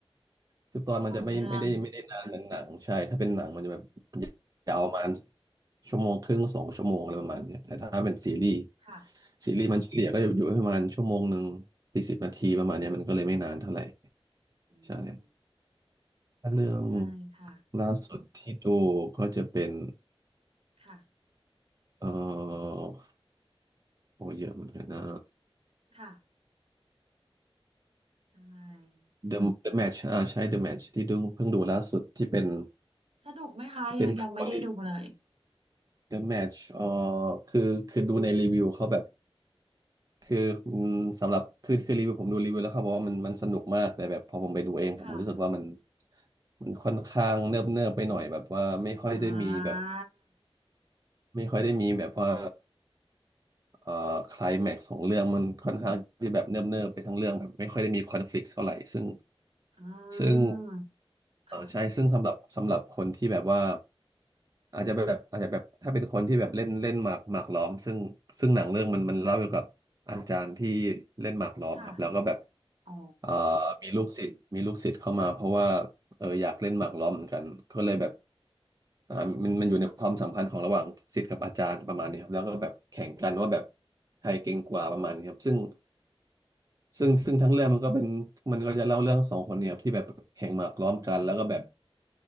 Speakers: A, on the right (about 40°); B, on the right (about 75°).
A: คือตอนมันจะไม่ไม่ได้ไม่ได้นานเหมือนหนังใช่ถ้าเป็นหนังมันจะแบบ
B: ต่อเนื่องอืม
A: ยาวประมาณชั่วโมงครึ่งสองชั่วโมงอะไรประมาณเนี้ยแต่ถ้าเป็นซีรีส์
B: ค่ะ
A: ซีรีส์มันเฉลี่ยก็อยู่ประมาณชั่วโมงหนึ่งสี่สิบนาทีประมาณเนี้ยมันก็เลยไม่นานเท่าไหร่
B: อืม
A: ใช่ถ้าเรื่อง
B: ใช่ค่ะ
A: ล่าสุดที่ดูก็จะเป็น
B: ค่ะ
A: เอ่อโอ้เยอะเหมือนกันนะ
B: ค่ะใช่
A: The The
B: มัน
A: Match อ่าใช่ The Match ที่ดูเพิ่งดูล่าสุดที่เป็น
B: สนุกไหมคะยังยังไม่ได้ดูเลย
A: เป็นหนังเกาหลี The Match เอ่อคือคือดูในรีวิวเขาแบบคืออืมสำหรับคือคือรีวิวผมดูรีวิวแล้วเขาบอกว่ามันมันสนุกมากแต่แบบพอผมไปดูเองผมรู้สึกว่ามัน
B: ค่ะ
A: มันค่อนข้างเนิบเนิบไปหน่อยแบบว่าไม่ค่อยได้มีแบบ
B: อ่า
A: ไม่ค่อยได้มีแบบว่าเอ่อไคลแม็กซ์ของเรื่องมันค่อนข้างที่แบบเนิบเนิบไปทั้งเรื่องแบบไม่ค่อยได้มีคอนฟลิกต์เท่าไหร่ซึ่ง
B: อ่
A: ซึ่ง
B: า
A: เออใช่ซึ่งสำหรับสำหรับคนที่แบบว่า
B: ค่ะ
A: อาจจะแบบอาจจะแบบถ้าเป็นคนที่แบบเล่นเล่นหมากหมากล้อมซึ่งซึ่งหนังเรื่องมันมันเล่าเกี่ยวกับอาจารย์ที่เล่นหมากล้อมครับแล้วก็แบบ
B: ค่ะอ๋อ
A: เอ่อมีลูกศิษย์มีลูกศิษย์เข้ามาเพราะว่าเอออยากเล่นหมากล้อมเหมือนกันก็เลยแบบอ่ามันมันอยู่ในความสัมพันธ์ของระหว่างศิษย์กับอาจารย์ประมาณนี้ครับแล้วก็แบบแข่งกันว่าแบบใครเก่งกว่าประมาณนี้ครับซึ่งซึ่งซึ่งทั้งเรื่องมันก็เป็นมันก็จะเล่าเรื่องสองคนเนี่ยครับที่แบบแข่งหมากล้อมกันแล้วก็แบบ